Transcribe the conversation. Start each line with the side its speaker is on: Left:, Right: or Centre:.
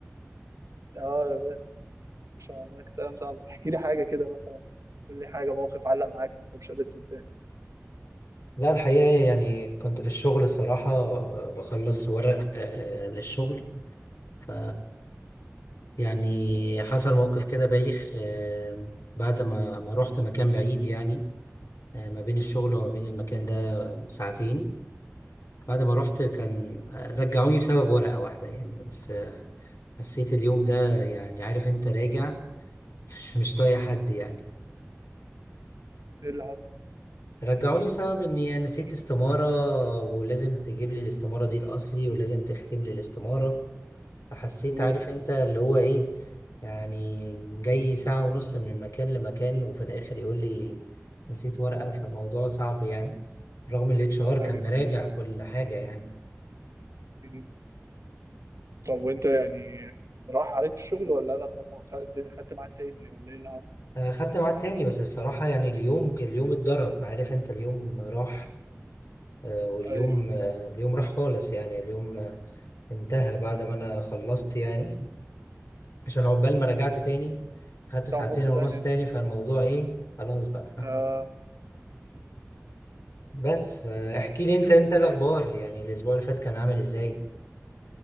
Right: آه يا باشا والله كانت أيام صعبة احكي لي حاجة كده مثلا قول لي حاجة موقف علق معاك مثلا مش قادر تنساه
Left: لا الحقيقة يعني كنت في الشغل الصراحة آه، بخلص ورق آه، آه، للشغل ف يعني حصل موقف كده بايخ آه، بعد ما ما رحت مكان بعيد يعني آه، ما بين الشغل وما بين المكان ده ساعتين بعد ما رحت كان آه، رجعوني بسبب ورقة واحدة يعني بس حسيت اليوم ده يعني عارف انت راجع مش مش طايق حد يعني
Right: إيه اللي حصل؟
Left: رجعوني بسبب اني نسيت استمارة ولازم تجيب لي الاستمارة دي الاصلي ولازم تختم لي الاستمارة فحسيت
Right: مم.
Left: عارف انت اللي هو ايه يعني جاي ساعة ونص من مكان لمكان وفي الاخر يقول لي نسيت ورقة فالموضوع صعب يعني رغم ال HR
Right: أيوة.
Left: كان مراجع كل حاجة يعني
Right: مم. طب وأنت يعني راح عليك الشغل ولا لا خ- خدت خدت ميعاد تاني ولا إيه اللي حصل؟
Left: آه، خدت ميعاد تاني بس الصراحة يعني اليوم اليوم اتضرب عارف انت اليوم راح آه، واليوم
Right: ايوه
Left: آه، اليوم راح خالص يعني اليوم آه، انتهى بعد ما انا خلصت يعني <laughs> عشان عقبال ما رجعت تاني خدت
Right: ساعة
Left: ساعتين
Right: ونص
Left: ونص
Right: تانية
Left: تاني
Right: ده
Left: فالموضوع ايه خلاص بقى
Right: آه.
Left: <laughs> بس آه، احكي لي انت انت الاخبار يعني الاسبوع اللي فات كان عامل ازاي